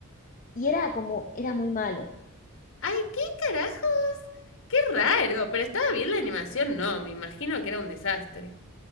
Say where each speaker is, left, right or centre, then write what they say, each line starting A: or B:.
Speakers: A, on the left; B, on the left.
A: y era como, era muy malo.
B: ¡Ay, qué carajos! ¡Qué raro! Pero estaba bien la animación, no, me imagino que era un desastre.